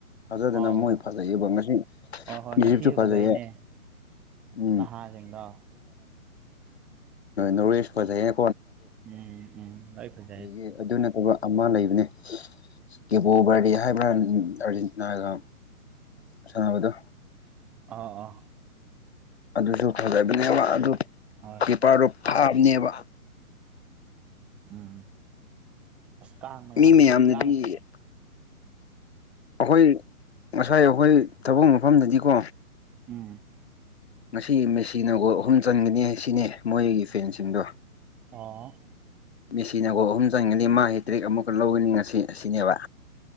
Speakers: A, on the left (about 45°); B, in the centre.
A: ꯊꯥꯖꯗꯅ
B: ꯑꯥꯎ
A: ꯃꯣꯏ ꯐꯖꯩꯌꯦꯕ ꯉꯁꯤ
B: ꯍꯣꯏ ꯍꯣꯏ
A: ꯏꯖꯤꯞꯁꯨ
B: ꯉꯁꯤꯁꯨ
A: ꯐꯖꯩꯌꯦ
B: ꯐꯖꯩꯅꯦ
A: ꯎꯝ
B: ꯅꯍꯥꯁꯤꯡꯗꯣ
A: ꯅꯣꯔꯋꯦꯁꯨ ꯐꯖꯩꯌꯦ
B: ꯎꯝ ꯎꯝ ꯂꯣꯏ ꯐꯖꯩ
A: ꯑꯗꯒꯤ ꯑꯗꯨ ꯅꯠꯇꯕ ꯑꯃ ꯂꯩꯕꯅꯦ ꯀꯦꯕꯣ ꯕꯔꯗꯤ ꯍꯥꯏꯕ꯭ꯔꯥ ꯑꯥꯔꯖꯦꯟꯇꯤꯅꯥꯒ ꯁꯥꯟꯅꯕꯗꯨ
B: ꯑꯥ ꯑꯥ
A: ꯑꯗꯨꯁꯨ ꯐꯖꯕꯅꯦꯕ ꯑꯗꯨ
B: ꯍꯣꯏ
A: ꯀꯤꯄꯥꯔꯣꯞ ꯊꯥꯕꯅꯦꯕ
B: ꯎꯝ ꯑꯁ ꯀꯥꯡ ꯃꯌꯥꯝꯁꯤꯗꯤ
A: ꯃꯤ ꯃꯌꯥꯝꯅꯗꯤ
B: ꯀꯥꯡ
A: ꯑꯩꯈꯣꯏ ꯉꯁꯥꯏ ꯑꯩꯈꯣꯏ ꯊꯕꯛ ꯃꯐꯝꯗꯗꯤꯀꯣ
B: ꯎꯝ
A: ꯉꯁꯤ ꯃꯦꯁꯤꯅ ꯒꯣꯜ ꯑꯍꯨꯝ ꯆꯟꯒꯅꯤ ꯁꯤꯅꯦ ꯃꯣꯏꯒꯤ ꯐꯦꯟꯁꯤꯡꯗꯣ
B: ꯑꯣ
A: ꯃꯦꯁꯤꯅ ꯒꯣꯜ ꯑꯍꯨꯝ ꯆꯟꯒꯅꯤ ꯃꯥꯒꯤ ꯇ꯭ꯔꯤꯛ ꯑꯃꯨꯛꯀ ꯂꯧꯒꯅꯤ ꯉꯁꯤ ꯑꯁꯤꯅꯦꯕ